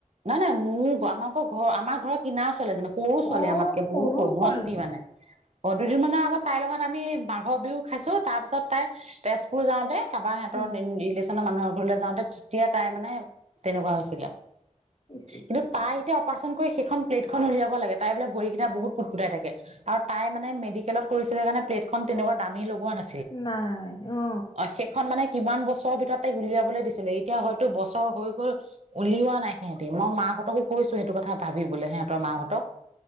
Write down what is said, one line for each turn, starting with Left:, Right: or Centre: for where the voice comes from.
Right: নহয়, নহয়। মোৰ গ আমাৰ কৰ ঘৰ আমাৰ ঘৰৰ কিনাৰ ছোৱালীজনী। সৰু ছোৱালী
Left: অ'
Right: আমাতকে বহুত সৰু ভণ্টি
Left: ছোৱালী,
Right: মানে। অ', দুদিন মানৰ আগত তাইৰ লগত আমি মাঘৰ বিহু খাইছো। তাৰ পিছত তাই তেজপুৰ যাওঁতে কাকায়েহঁতৰ
Left: উম,
Right: নি ৰিলেশ্যনৰ মানুহৰ ঘৰলৈ যাওঁতে তেতিয়া তাইৰ মানে তেনেকুৱা হৈছিলে।
Left: ইছ ইছ
Right: কিন্তু
Left: ইছ
Right: তাই
Left: ইছ।
Right: এতিয়া অপাৰচন কৰি সেইখন প্লেটখন উলিয়াব লাগে তাই বোলে ভৰিকেইটা বহুত কুটকুটাই থাকে। আৰু তাই মানে মেডিকেলত কৰিছিলে কাৰণে প্লেটখন তেনেকুৱা দামী লগোৱা না
Left: উম, নাই অ।
Right: সেইখন মানে কিমান বছৰৰ ভিতৰত তাইক উলিয়াবলৈ দিছিলে এতিয়া হয়তো বছৰ হৈ গ'ল উলিওৱা নাই সেহঁতি মই মাকহঁতকো কৈছো সেইটো কথা ভাবি বোলে সিহঁতৰ মাহঁতক